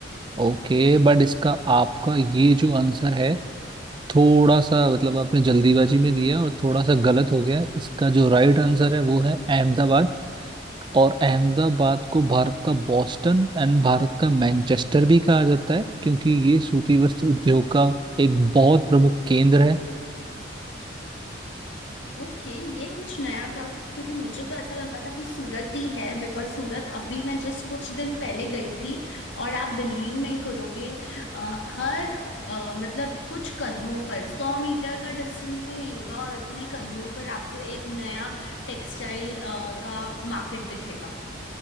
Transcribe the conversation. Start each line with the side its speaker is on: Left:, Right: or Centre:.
Right: ओके बट इसका आपका ये जो आंसर है थोड़ा सा मतलब आपने जल्दीबाजी में दिया और थोड़ा सा गलत हो गया इसका जो राइट आंसर है वो है अहमदाबाद और अहमदाबाद को भारत का बॉस्टन एंड भारत का मैनचेस्टर भी कहा जाता है क्योंकि ये सूती वस्त्र उद्योग का एक बहुत प्रमुख केंद्र है
Left: ओके ये कुछ नया था क्योंकि मुझे तो ऐसा लगा था कि सूरत ही है बिकॉज सूरत अभी मैं जस्ट कुछ दिन पहले गई थी और आप बिलीव नहीं करोगे अ, हर अ, मतलब कुछ कदमों पर सौ मीटर का डिस्टेंस भी नहीं होगा और उतने कदमों पर आपको एक नया टेक्सटाइल का मार्केट दिखेगा